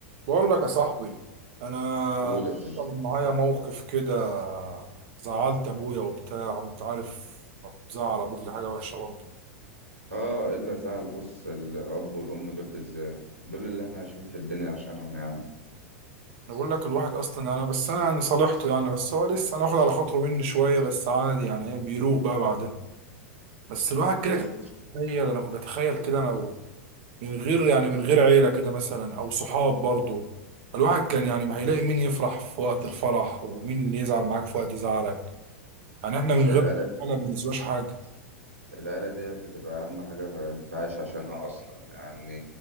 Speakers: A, on the right; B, on the right.
A: بقول لك يا صاحبي انا
B: قول يا برنس
A: حصل معايا موقف كده زعلت ابويا وبتاع وانت عارف زعل ابوك دي حاجه وحشه برضه
B: اه الا زعل بص الاب والام دول بالذات دول اللي احنا عايشين في الدنيا عشانهم يا عم
A: انا بقول لك الواحد اصلا يعني بس انا يعني صالحته يعني بس هو لسه هناخد على خاطره مني شويه بس عادي يعني ايه بيروق بقى بعدها بس الواحد
B: بص
A: كده كان بيتخيل انا كنت بتخيل كده انا و- من غير يعني من غير عيله كده مثلا او صحاب برضه الواحد كان يعني ما هيلاقي مين يفرح في وقت الفرح ومين اللي يزعل معاك في وقت زعلك يعني احنا من
B: العيلة
A: غير ما ما بنسواش حاجه
B: العيلة ديت بتبقى أهم حاجة أنت عايش عشانها أصلا يعني